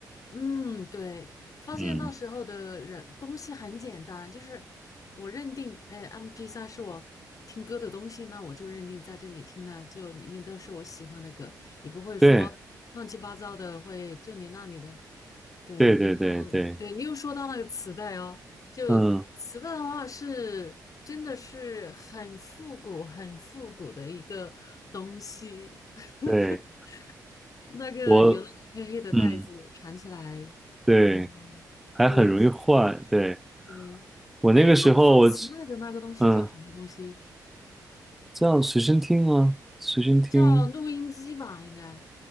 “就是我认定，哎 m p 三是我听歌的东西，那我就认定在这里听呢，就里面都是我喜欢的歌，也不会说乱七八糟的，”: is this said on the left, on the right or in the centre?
Left